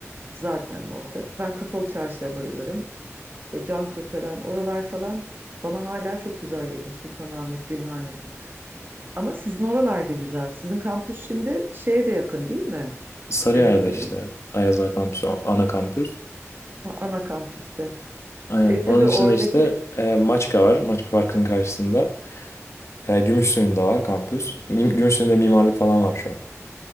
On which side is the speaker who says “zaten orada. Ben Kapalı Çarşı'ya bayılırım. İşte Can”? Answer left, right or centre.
Right